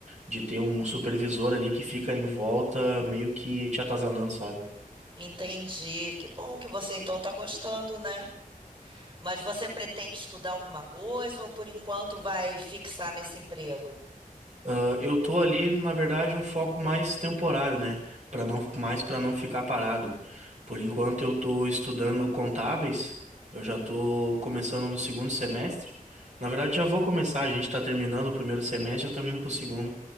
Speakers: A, on the right; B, on the right.
A: De ter um supervisor ali que fica em volta meio que te atazanando, sabe?
B: Entendi. Que bom que você então está gostando, né? Mas você pretende estudar alguma coisa ou por enquanto vai fixar nesse emprego?
A: Ah, eu tô ali, na verdade, um foco mais temporário, né? Para não mais para não ficar parado. Por enquanto eu tô estudando contábeis. Eu já tô começando no segundo semestre. Na verdade, já vou começar, a gente tá terminando o primeiro semestre, já estamos indo pro segundo.